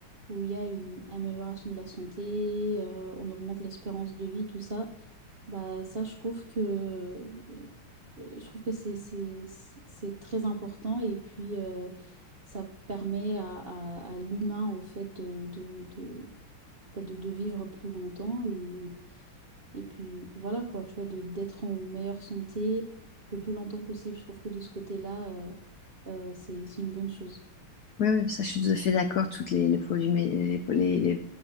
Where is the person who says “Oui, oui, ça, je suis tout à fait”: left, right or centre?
Left